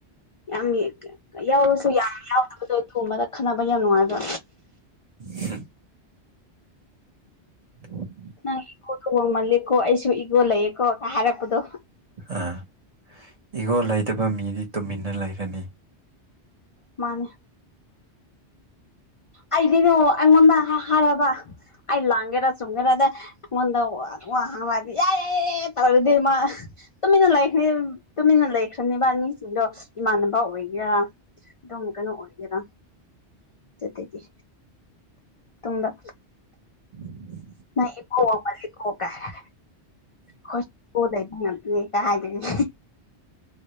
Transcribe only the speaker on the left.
ꯌꯥꯝ ꯌꯥꯎꯁꯨ ꯌꯥꯎ ꯑꯗꯣ ꯊꯣꯡꯕꯗ ꯈꯟꯅꯕ ꯌꯥꯝ ꯅꯨꯡꯉꯥꯏꯕ
ꯅꯪ ꯏꯒꯣꯗꯨ ꯍꯣꯡꯃꯜꯂꯦꯀꯣ ꯑꯩꯁꯨ ꯏꯒꯣ ꯂꯩꯌꯦꯀꯣ ꯍꯥꯏꯔꯛꯄꯗꯣ
ꯃꯥꯅꯦ ꯑꯩꯗꯤ ꯅ ꯑꯩꯉꯣꯟꯗ ꯍꯥꯏꯔꯕ ꯑꯩ ꯂꯥꯡꯒꯦꯔ ꯆꯨꯝꯒꯦꯔꯗ ꯃꯗ ꯋꯥ ꯍꯪꯂꯗꯤ ꯌꯥ ꯌꯥ ꯌꯥꯏ ꯇꯧꯔꯗꯤ ꯃꯥ ꯇꯨꯃꯤꯟꯅ ꯂꯩꯈ꯭ꯔꯦ ꯇꯨꯃꯤꯟꯅ ꯂꯩꯈ꯭ꯔꯅꯦꯕ ꯑꯅꯤꯁꯤꯡꯗꯣ ꯏꯃꯥꯟꯅꯕ ꯑꯣꯏꯒꯦꯔꯥ ꯑꯗꯨꯝ ꯀꯩꯅꯣ ꯑꯣꯏꯒꯦꯔꯥ ꯑꯗꯨꯇꯗꯒꯤ ꯇꯨꯡꯗ
ꯅꯪ ꯏꯒꯣ ꯋꯥꯡꯃꯜꯂꯤꯀꯣ ꯀꯥꯏꯔ ꯈꯁꯗ ꯀꯖ <unintelligible>